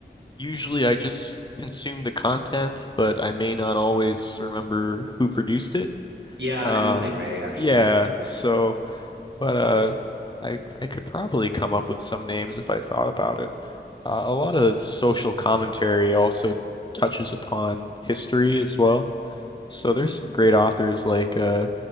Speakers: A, on the left; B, on the right.
A: usually I just consume the content, but I may not always remember who produced it.
B: Yeah,
A: Uh,
B: I'm the same way actually.
A: yeah. So, but uh, I I could probably come up with some names if I thought about it. Uh, a lot of social commentary also touches upon history as well. So there's some great authors like uh,